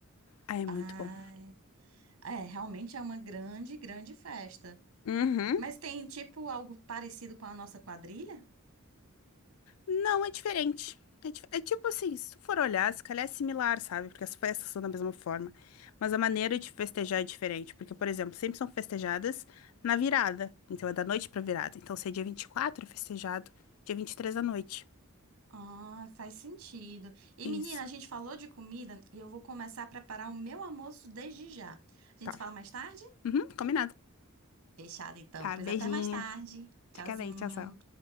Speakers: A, on the left; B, on the right.
A: Ah, é muito
B: Ai,
A: bom.
B: é, realmente é uma grande, grande festa.
A: Uhum.
B: Mas tem tipo algo parecido com a nossa quadrilha?
A: Não, é diferente. É, dif- é tipo assim, se tu for olhar, se calhar é similar, sabe? Porque as festas são da mesma forma. Mas a maneira de festejar é diferente. Porque, por exemplo, sempre são festejadas na virada. Então é da noite pra virada. Então se é dia 24, é festejado dia 23 da noite.
B: Ah, faz sentido. E
A: Isso.
B: menina, a gente falou de comida e eu vou começar a preparar o meu almoço desde já. A
A: Tá.
B: gente fala mais tarde?
A: Uhum, combinado.
B: Fechado então.
A: Tá,
B: Pois
A: beijinho.
B: até mais tarde. Tchauzinho.
A: Fica bem, tchau, tchau.